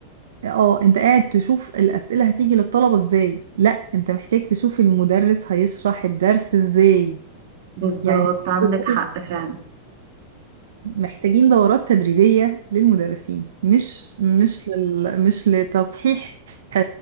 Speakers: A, on the right; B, on the right.
A: اه انت قاعد تشوف الأسئلة هتيجي للطلبة ازاي لا انت محتاج تشوف المدرس هيشرح الدرس ازاي
B: بالظبط
A: يعني
B: عندك
A: دول
B: حق فعلا
A: محتاجين دورات تدريبية للمدرسين مش مش لل... مش لتصحيح آه،